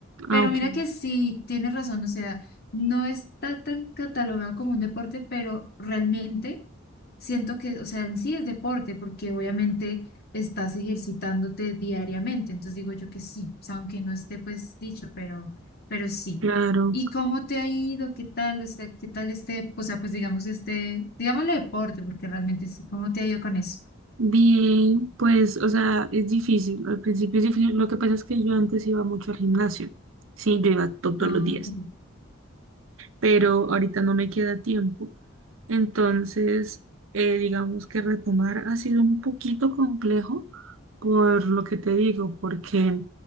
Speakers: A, on the left; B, on the right.
A: Pero
B: Ah, ok,
A: mira que sí, tienes razón, o sea, no está tan catalogado como un deporte, pero realmente. Siento que, o sea, en sí es deporte, porque obviamente estás ejercitándote diariamente. Entonces digo yo que sí, o sea, aunque no esté pues dicho, pero, pero sí.
B: claro.
A: ¿Y cómo te ha ido? ¿Qué tal? O sea, ¿qué tal este, o sea, pues digamos este, digámosle deporte, porque realmente sí, ¿cómo te ha ido con eso?
B: Bien, pues, o sea, es difícil. Al principio es difícil. Lo que pasa es que yo antes iba mucho al gimnasio. Sí, yo iba to- todos
A: Ah,
B: los días,
A: ok.
B: pero ahorita no me queda tiempo. Entonces, eh, digamos que retomar ha sido un poquito complejo por lo que te digo, porque